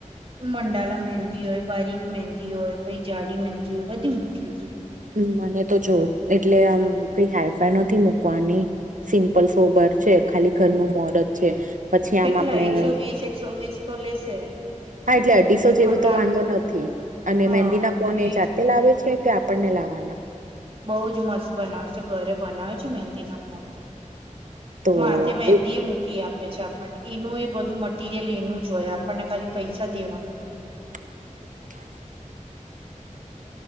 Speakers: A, on the right; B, on the right.
A: મંડાલા મહેંદી હોય બારીક મહેંદી હોય પછ જાડી મહેંદી હોય બધી મુઠ્ઠી દે.
B: હમ મને તો જો એટલે આમ કઈ હાઈફાઈ નથી મૂકવાની સિમ્પલ સોબર છે ખાલી ઘરનું મોરત છે. પછી
A: કેટલા
B: આમ આપણે
A: એકસો વીસ એકસો વીસ તો લેશે.
B: હા એટલે અઢીસો જેવું
A: ના
B: તો
A: ના
B: વાંધો નથી અને
A: હા
B: મહેંદીના કોને એ
A: એજ
B: જાતે લાવે છે કે આપે આપને લાવવાના
A: બઉ જ મસ્ત બનાવે છે ઘરે બનાવે છે મહેંદીના કોણ
B: તો
A: માથે મેદી
B: એક
A: મુ ઈ આપે છે આપણને એનું એ બધું મટીરિયલ એનું જ હોય આપણને ખાલી પૈસા દેવાનું.
B: હમ <unintelligible>